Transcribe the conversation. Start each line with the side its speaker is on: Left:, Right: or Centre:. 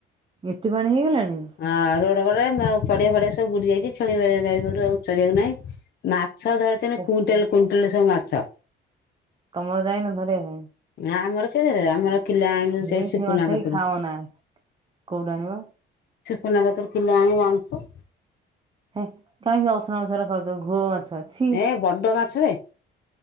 Right: ଏତେ ପାଣି ହେଇଗଲାଣି?
Left: ହଁ ରୋଡ କଡରେ ଫଡିଆ ଫଡିଆ ସବୁ ବୁଡି ଯାଇଛି ଛେଳି ଗାଈ ଗୋରୁ ଆଉ ଚଳିବାକୁ ନାହିଁ ମା ମାଛ ଧରିଛନ୍ତି
Right: ଓଃ,
Left: କୁଇଣ୍ଟାଲ କୁଇଣ୍ଟାଲ ସବୁ ମାଛ।
Right: ତମର ଯାଇନ ଧରିବା ପାଇଁ?
Left: ନା ଆମର କିଏ ଧରିବ ଆମର କିିଲେ ଆଣିଲୁ ସେ
Right: ଏ
Left: ସିପୁନା
Right: ମାଛ
Left: କତିରୁ।
Right: ବି ଖାଅନା। କୋଉଠୁ ଆଣିବ
Left: ସିପୁନା କତିରୁ କିିଲେ ଆଣି ରା଼ନ୍ଧିଛୁ।
Right: ହେଁ କାହିଁକି ଅସନା ମାଛ ଖାଉଛ ଘୋଅ ମାଛ। ଛି
Left: ଏ ବଡ ମାଛବେ।